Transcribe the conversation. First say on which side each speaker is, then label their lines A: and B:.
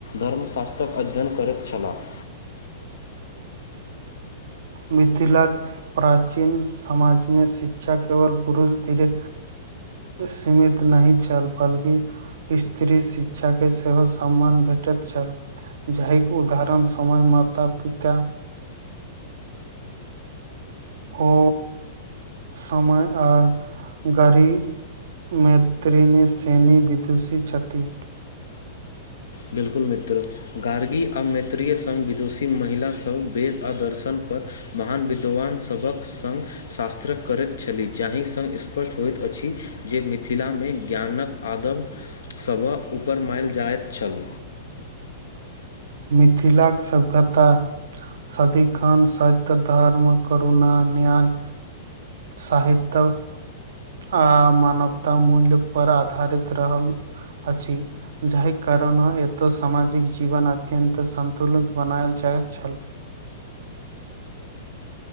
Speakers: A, on the left; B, on the right.
A: धर्मशास्त्रक अध्ययन करैत छलाह
B: मिथिला प्राचीन समाजमे शिक्षा केवल पुरुष धीरे सीमित नहि छल बल्कि स्त्री शिक्षा के सेहो सम्मान भ भेटैत छल जाहिके उदरण समय माता पिता ओ समय आ गड़ी मैत्रीनी सेैनी विदुषीति
A: बिल्कुल मित्र गार्गी आ मैत्रीय सघ विदुषी महिला सभ वेद आ दर्शन पर महान विद्वान सभक सङ्ग शास्त्र करैत छलीह जा जाहि सङ् स्पष्ट होइत अछि जे मिथिलामे ज्ञानक आदम सभक उ पर माइल जाइत छल
B: मिथिलाक सभ्यता सदिखन सत्य धर्म करुणा न्याय साहित्य आ मानवता मूल्य परर आधारित रहल अछि जाहि कारण एतऽ सामाजिक जीवन अत्यत सतुलित बनाल छै जा छल